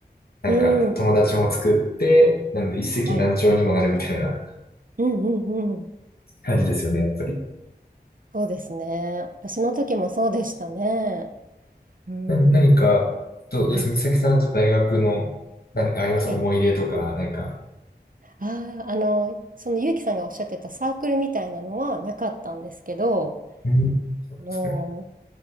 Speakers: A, on the left (about 60°); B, on the right (about 50°).
A: なんか友達も作って、
B: うん。
A: なん一石何鳥にもなるみたいな
B: はい。うんうんうん。
A: 感じですよね、やっぱり。
B: そうですね。私の時もそうでしたね。うん。
A: な、何か、どうどうです美咲さんと大学の何かあります思い入れとか、
B: はい。はい。
A: 何か。
B: ああ、あの、その結城さんがおっしゃってたサークルみたいなのはなかったんですけど、
A: うん、そうなんですね。
B: あの、